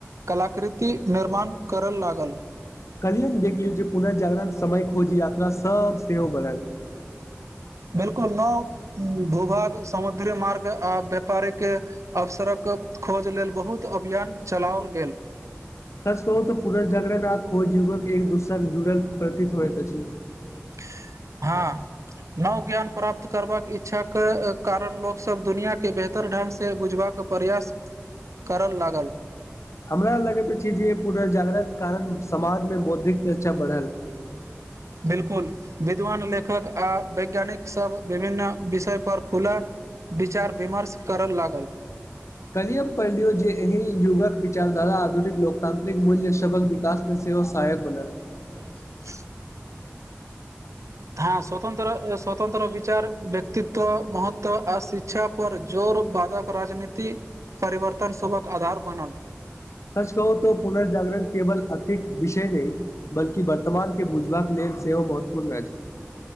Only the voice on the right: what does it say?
कलाकृति निर्माण करय लागल
बिलकुल नओ भूभाग समुद्री मार्ग आ व्यापारिक अवसरक खोज लेलऽ बहुत अभियान चलाओल गेल
ह नव ज्ञान प्राप्त करबाक इच्छा के कारण लोकसभब दुनिआँके बेहतर ढ़ंगस बुझबाक के प्रयास करऽ लागल
बिल्कूल विद्वान लेखक आ वैज्ञानिक सभ विभिन्न विषय पर खुला विचार विमर्श करऽ लागल।
<inaudible> ह स्वतंत्र स्वतंत्र विचार व्यक्तित्व महत्व आ शिक्षा पर जोर बाधक राजनीतिक परिवर्तन सभके आधार बनल